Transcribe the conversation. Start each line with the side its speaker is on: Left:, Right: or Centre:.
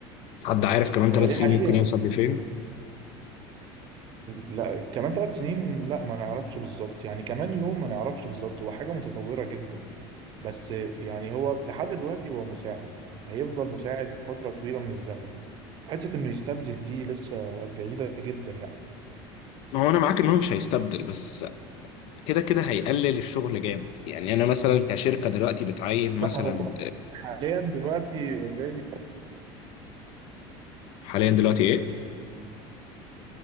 Left: حد عارف كمان
Right: هو
Left: ثلاث
Right: دي
Left: سنين
Right: حقيقة
Left: ممكن يوصل لفين
Right: لا كمان ثلاث سنين لا ما نعرفش بالظبط يعني كمان يوم ما نعرفش بالظبط هو حاجة متطورة جدا بس يعني هو لحد دلوقتي هو مساعد هيفضل مساعد فترة طويلة من الزمن حتة انه يستبدل دي لسه بعيدة جدا يعني
Left: ما هو انا معاك ان هو مش هيستبدل بس كده كده هيقلل الشغل جامد يعني انا مثلا كشركة دلوقتي بتعين مثلا
Right: لا حاليا دلوقتي اوريدي
Left: حاليا دلوقتي ايه